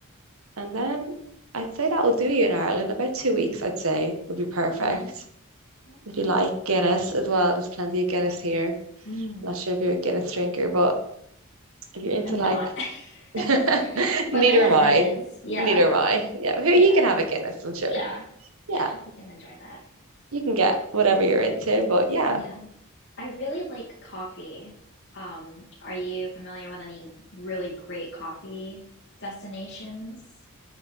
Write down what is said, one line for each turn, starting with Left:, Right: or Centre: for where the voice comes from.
Right: And then I'd say that will do you in Ireland. About two weeks, I'd say, would be perfect.
Left: Yeah, yeah.
Right: If you like Guinness as well, there's plenty of Guinness here.
Left: Mm.
Right: not sure if you're a Guinness drinker, but if you're into
Left: I'm
Right: like,
Left: not.
Right: <laughs>
Left: <laughs> But
Right: neither
Left: my husband
Right: am I.
Left: is. Yeah.
Right: Neither am I. Yeah, here
Left: Yeah.
Right: you can have a Guinness, I'm sure.
Left: Yeah. Yeah,
Right: Yeah,
Left: he can enjoy that.
Right: you can get whatever you're into, but yeah.
Left: Yeah. I really like coffee. Um, are you familiar with any really great coffee destinations